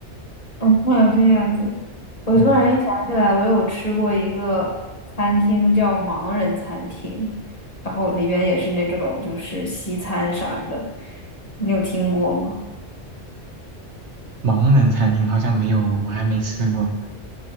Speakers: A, on the left; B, on the right.
A: <laughs> 嗯，啊这样子，我突然想起来，
B: 嗯，
A: 我有吃过一个餐厅叫盲人餐厅，然后里边也是那种就是西餐啥的，你有听过吗？
B: 盲人餐厅好像没有，我还没吃过。